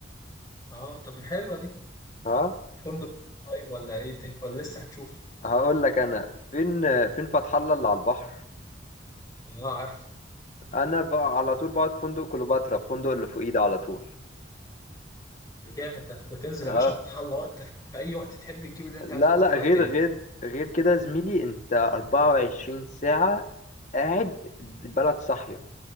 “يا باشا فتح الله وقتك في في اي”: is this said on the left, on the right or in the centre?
Left